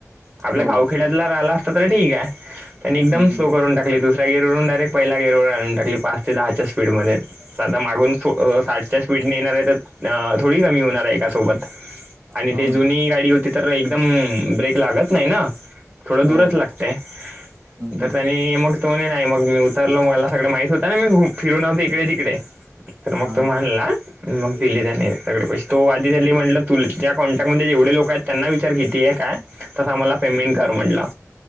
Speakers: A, on the right; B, on the right.
A: आपल्या
B: हो,
A: गावखेड्यातला राहिला तर ठीक आहे त्यांनी एकदम
B: हं, हं,
A: स्लो करून टकली दुसऱ्या गरवरून डायरेक्ट पहिला गेरवर आणून टाकली पाच ते दहाच्या स्पीडमध्येध्ये आता मागून साठच्या स्पीडने येणार आहे तर थोडी कमी होणार आहे एका सोबत आणि
B: हो
A: ते
B: ना,
A: जुनी गाडी होती तर एकदम ब्रेक लागत नाही ना थोडं दूरच
B: हो,
A: लागते
B: हं, हं,
A: तर त्यांनी मग तो नाही मग मी उतारलो मला सगळ माहित होत ना मी फिरू नव्हते इकडे तिकडे तर मग
B: हां,
A: तू मानला मग दिले त्या नाही सगळे पैसे तो वादी झाले म्हटलं तु ज्या कॉन्टॅक्टमध्येध्ये जेवढे लोक आहेत त्यांना विचार किती आहे काय तस आम्हाला पेमेंट कर म्हटला